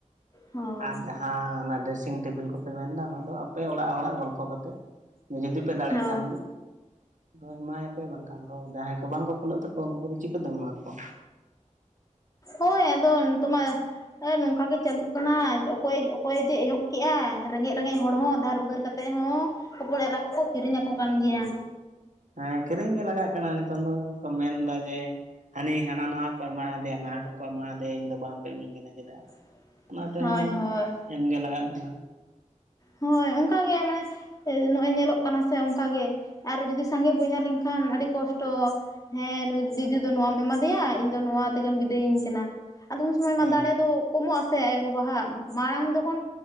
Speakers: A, on the left; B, on the right.
A: ᱦᱳᱭ
B: ᱟᱨ ᱡᱟᱦᱟᱸ ᱚᱱᱟ ᱰᱨᱮᱥᱤᱝ ᱴᱮᱵᱩᱞ ᱠᱚ᱾ ᱯᱮ ᱢᱮᱱ ᱮᱫᱟ ᱚᱱᱟ ᱫᱚ ᱟᱯᱮ ᱚᱲᱟᱜ ᱦᱚᱲᱟᱜ ᱜᱚᱞᱯᱷᱚ ᱠᱟᱛᱮᱫ ᱡᱩᱫᱤ ᱯᱮ ᱫᱟᱲᱮᱜ
A: ᱦᱳᱭ
B: ᱠᱷᱟᱱ ᱟᱫᱚ ᱮᱢᱟᱭᱟᱯᱮ ᱵᱟᱝᱠᱷᱟᱱ ᱫᱚ ᱡᱟᱦᱟᱸᱭ ᱠᱚ ᱵᱟᱝᱠᱚ ᱠᱩᱞᱟᱹᱜ ᱛᱟᱠᱚᱣᱟ ᱩᱱᱠᱩᱫᱚ ᱪᱤᱠᱟᱹᱛᱮᱢ ᱮᱢᱟ ᱠᱚᱣᱟ
A: ᱦᱳᱭ ᱟᱫᱚ ᱱᱤᱛᱳᱜ ᱢᱟ ᱦᱮᱸ ᱱᱚᱝᱠᱟ ᱜᱮ ᱪᱟᱹᱞᱩᱜ ᱠᱟᱱᱟ ᱚᱠᱚᱭ ᱚᱠᱚᱭ ᱡᱮ ᱮᱦᱚᱵ ᱠᱮᱜᱼᱟ ᱨᱮᱸᱜᱮᱡ ᱨᱮᱸᱜᱮᱡ ᱦᱚᱲ ᱦᱚᱸ ᱫᱷᱟᱨ ᱩᱫᱟᱹᱨ ᱠᱟᱛᱮ ᱚᱸᱰᱮ ᱦᱚᱸ ᱦᱚᱯᱚᱱ ᱮᱨᱟ ᱠᱚᱠᱚ ᱠᱤᱨᱤᱧ ᱟᱠᱚ ᱠᱟᱱ ᱜᱮᱭᱟ
B: ᱦᱮᱸ ᱠᱤᱨᱤᱧ ᱜᱮ ᱞᱟᱜᱟᱜ ᱠᱟᱱᱟ ᱱᱤᱛᱚᱝ ᱫᱚ ᱠᱚ ᱢᱮᱱᱫᱟ ᱡᱮ ᱦᱟᱹᱱᱤ ᱦᱟᱱᱟ ᱱᱟᱣᱟ ᱠᱚ ᱮᱢᱟᱫᱮᱭᱟ ᱱᱟᱣᱟ ᱠᱚᱠᱚ ᱮᱢᱟᱫᱮᱭᱟ ᱤᱧ ᱫᱚ ᱵᱟᱝᱯᱮ ᱤᱢᱟᱹᱧ ᱠᱟᱱᱟ ᱪᱮᱫᱟᱜ
A: <inaudible>
B: ᱚᱱᱟ ᱛᱮᱦᱚᱸ
A: ᱦᱳᱭ ᱦᱳᱭ
B: ᱮᱢᱜᱮ ᱞᱟᱜᱟᱜ ᱠᱟᱱᱟ
A: ᱦᱳᱭ ᱚᱱᱠᱟᱜᱮ ᱢᱟᱱᱮ ᱱᱚᱜᱼᱚᱭ ᱧᱮᱞᱚᱜ ᱠᱟᱱᱟ ᱥᱮ ᱚᱱᱠᱟᱜᱮ ᱟᱨ ᱡᱩᱫᱤ ᱥᱟᱸᱜᱮ ᱵᱚᱭᱦᱟ ᱞᱮᱱᱠᱷᱟᱱ ᱠᱷᱟᱱ ᱟᱹᱰᱤ ᱠᱚᱥᱴᱚ ᱦᱮᱸ ᱱᱩᱭ ᱫᱤᱫᱤ ᱫᱚ ᱱᱚᱣᱟᱢ ᱮᱢᱟ ᱫᱮᱭᱟ ᱤᱧ ᱫᱚ ᱱᱚᱣᱟ ᱛᱮᱜᱮᱢ ᱵᱤᱫᱟᱹᱭᱤᱧ ᱠᱟᱱᱟ ᱟᱫᱚ ᱩᱱ ᱥᱚᱢᱚᱭ ᱢᱟ
B: ᱦᱮᱸ
A: ᱫᱟᱲᱮ ᱫᱚ ᱠᱚᱢᱚᱜ ᱟᱥᱮ ᱟᱭᱳᱼᱵᱟᱵᱟᱣᱟᱜ ᱢᱟᱲᱟᱝ ᱡᱚᱠᱷᱚᱱ